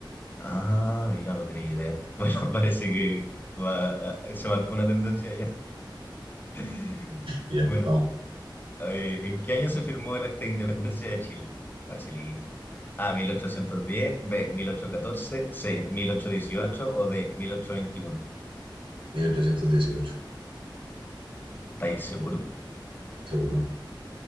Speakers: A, on the left (about 25°); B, on the right (about 90°).
A: Ah, mira, no tenía idea. <laughs> Bueno, parece que va- ah, se marcó una tendencia ya. <laughs>
B: Ya,
A: Bueno,
B: vamos,
A: eh, ¿en qué año se firmó el Acta de Independencia de Chile? Facilito. A, 1810, B, mil ochocientos catorce, C, 1818 o D, 1821.
B: mil ochocientos dieciocho,
A: ¿Estáis seguros?
B: seguro.